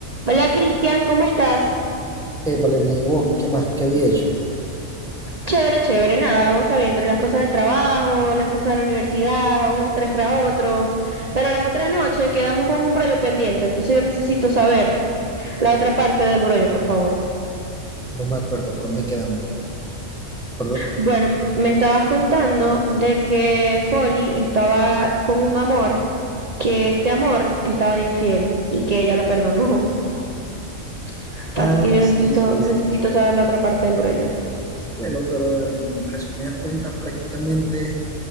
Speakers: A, on the right; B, in the centre.
A: Hola Cristian, ¿cómo estás?
B: Eh, vale, bien, ¿y vos? ¿Qué más? ¿Qué había hecho?
A: Chévere, chévere, nada, vos sabés, entre las cosas del trabajo, las cosas de la universidad, un estrés tras otro, pero la otra noche quedamos con un brollo pendiente, entonces yo necesito saber la otra parte del brollo, por favor.
B: No me acuerdo, ¿por dónde quedamos? ¿Por dó-
A: Bueno, m- me estabas contando de que Folly estaba con un amor, que este amor estaba de infiel y que ella lo perdonó, <laughs> así
B: Ah,
A: que yo
B: sí,
A: necesito,
B: sí,
A: necesito
B: sí.
A: saber la otra parte del brollo.
B: Bueno, pero en resumidas cuentas, prácticamente